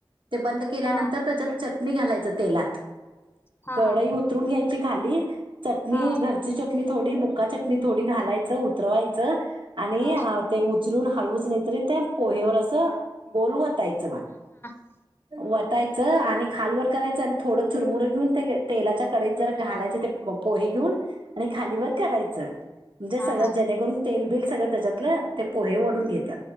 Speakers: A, on the right; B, on the left.
A: ते बंद केल्यानंतर
B: हा
A: त्याच्यात चटणी घालायच तेलात
B: हा
A: कडई
B: हा
A: उतरून घ्यायची खाली चटणी
B: हा
A: घरची चटणी थोडी बुक्का चटणी थोडी घालायचं उतरवायचं आणि
B: हा
A: ते उचलून हाळवूच नाहीतरी त्या पोहेवर असं बोलवतायचं बा
B: ह
A: वटयचं आणि खालवरर करायचं आणि थोडं चुरमुरं घेऊन त्या तेलाच्या कडेत जरा घालायचं ते बघ पोहे घेऊन आणि खालीवर करायच म्हणजे
B: हा
A: सळ
B: हा
A: ज तेब सगळ त्याच्यात पोहे वढून घात